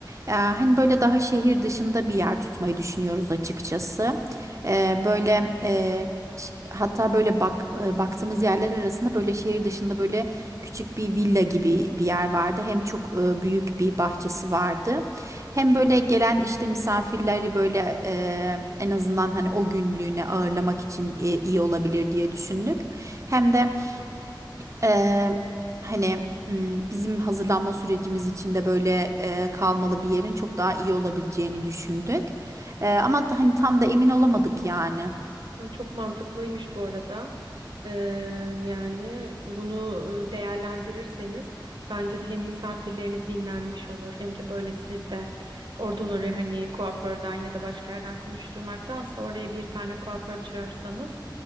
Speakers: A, on the right; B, on the right.
A: Ya, hani böyle daha şehir dışında bir yer tutmayı düşünüyoruz açıkçası. Eee, böyle eee, ş- hatta böyle bak e, baktığımız yerler arasında böyle şehir dışında böyle küçük bir villa gibi bir yer vardı. Hem çok e, büyük bir bahçesi vardı. Hem böyle gelen işte misafirleri böyle e, en azından hani o günlüğüne ağırlamak için e, iyi olabilir diye düşündük. Hem de Eee, hani m, bizim hazırlanma sürecimiz için de böyle eee, kalmalı bir yerin çok daha iyi olabileceğini düşündük. Eee, ama da- hani tam da emin olamadık yani.
B: Hı, Çok mantıklıymış bu arada. Ee, yani bunu e, değerlendirirseniz bence de hem misafirleriniz dinlenmiş olur hem de böyle siz de oradan oraya hani kuaförden ya da başka yerden koşuşturmaktansa oraya bir tane kuaför çağırsanız